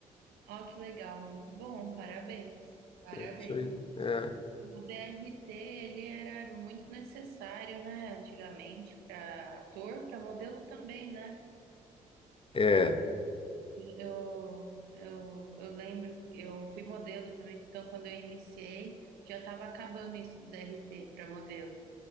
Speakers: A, on the right; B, on the left.
A: Ó, que legal, muito bom. Parabéns. Parabéns.
B: É isso aí. É.
A: O DRT, ele era muito necessário, né, antigamente, para ator, para modelo também, né?
B: É,
A: Eu, eu, eu lembro, que eu fui modelo também, então quando eu iniciei, já estava acabando isso do DRT para modelo,